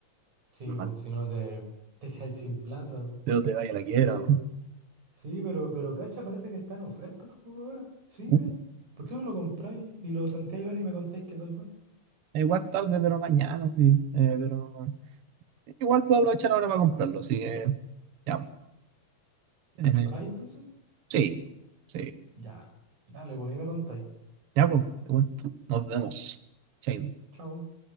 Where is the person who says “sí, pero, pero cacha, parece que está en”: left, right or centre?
Right